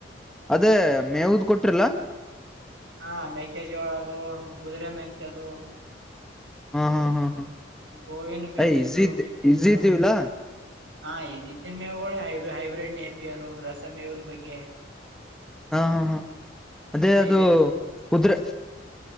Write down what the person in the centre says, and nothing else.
ಅದೇ ಮೇವುದ ಕೊಟ್ರಿಲ್ಲ
ಹಾ ಹಾ ಹಾ ಹಾ
ಅಯ್ ಈಸಿ
ಈಸಿ ಇದ್ದೀವಿಲ್ಲಾ
ಹಾ ಹಾ ಹಾ ಅದೇ
ಅದು ಕುದುರೆ